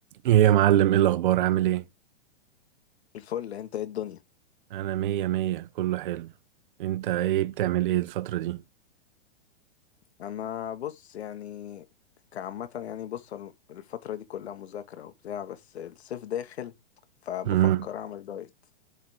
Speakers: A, on the right; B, on the left.
A: ايه يا معلم ايه الاخبار عامل ايه
B: الفل انت ايه الدنيا
A: انا مية مية كله حلو انت ايه بتعمل ايه الفترة دي
B: انا بص يعني كعامة يعني بص الفترة دي كلها مذاكرة وبتاع بس الصيف داخل فبفكر
A: امم
B: اعمل دايت